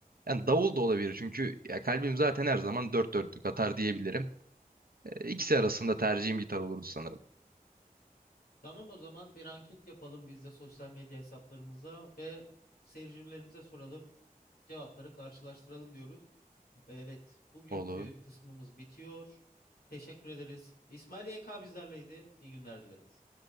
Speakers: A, on the right; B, on the left.
A: yani davul da olabilir çünkü ya kalbim zaten her zaman dört dörtlük atar diyebilirim. İkisi arasında tercihim gitar olurdu sanırım.
B: Tamam o zaman bir anket yapalım biz de sosyal medya hesaplarımıza ve seyircilerimize soralım. Cevapları karşılaştıralım diyoruz. Evet, bugünkü
A: Olur.
B: kısmımız bitiyor. Teşekkür ederiz. İsmail YK bizlerleydi. İyi günler dileriz.